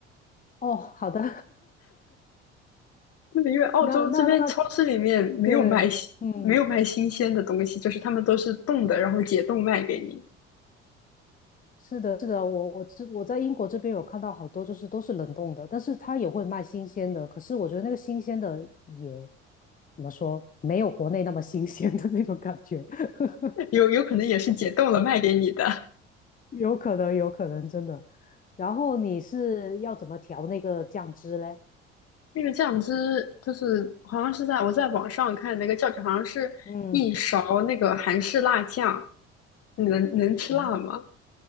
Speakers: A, on the left; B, on the left.
A: 哦，好的，
B: 那个因为澳洲这边超市里面没有卖新没有卖新鲜的东西，
A: <laughs> 那那那对，嗯。
B: 就是他们都是冻的，然后解冻卖给你，
A: 是的，是的，我我知我在英国这边有看到好多，就是都是冷冻的，但是它也会卖新鲜的。可是我觉得那个新鲜的也怎么说，没有国内那么新鲜的那种感觉，<laughs>
B: <laughs> 有有可能也是解冻了卖给你的。
A: 有可能，有可能真的。然后你是要怎么调那个酱汁嘞？
B: 那个酱汁就是好像是在我在网上看那个教程，好像是一勺那个韩式辣酱，
A: 嗯，
B: 你能能吃辣吗？
A: 哦，